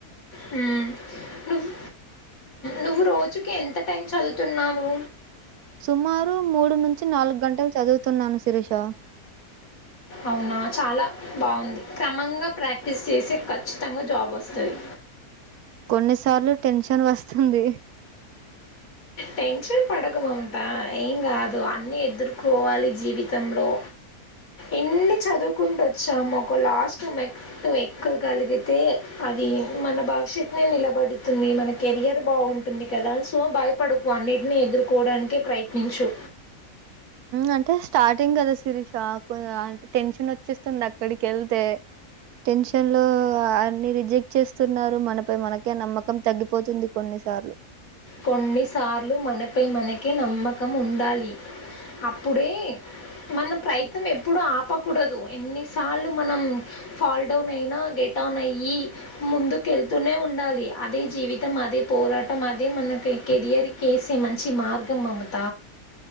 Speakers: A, on the left; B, on the right.
A: హుమ్ నువు నువ్వు రోజుకి ఎంత టైం చదువుతున్నావు.
B: సుమారు మూడు నుంచి నాలుగు గంటలు చదువుతున్నాను శిరీష.
A: అవునా చాలా బాగుంది. క్రమంగా ప్రాక్టీస్ చేస్తె ఖచ్చితంగా జాబ్ వస్తది.
B: కొన్నిసార్లు టెన్షన్ వస్తుంది.
A: టెన్షన్ పడకు మమతా ఏం కాదు అన్ని ఎదుర్కోవాలి జీవి తంలో ఇన్ని చదువుకుంటూ వచ్చాము. ఒక లాస్ట్ మెట్టు ఎక్కగలిగితే ఇది మన భవిష్యత్నే నిలబెడుతుంది. మన కెరియర్ బాగుంటుంది. కదా సో భయపడకు అన్నిటిని ఎదుర్కోవడానికే ప్రయత్నించు.
B: అంటే స్టార్టింగ్ కదా సిరిషా కు టెన్షన్ వచ్చేస్తుంది. అక్కడికి వెళ్తే టెన్షన్ లో అన్ని రిజెక్ట్ చేస్తున్నారు మనపై మనకే నమ్మకం తగ్గిపోతుంది కొన్ని సార్లు
A: కొన్నిసార్లు మనపై మనకి నమ్మకం ఉండాలి. అప్పుడే మనం ప్రయత్నం ఎప్పుడు ఆపకూడదు. ఎన్నిసార్లు మనం ఫాల్ డౌన్ అయినా గెట్ డౌన్ అయ్యి ముందుకెళ్తూనే ఉండాలి. అదే జీవితం అదే పోరాటం అదే మనకె కెరియర్కి వేసే మంచి మార్గం మమత.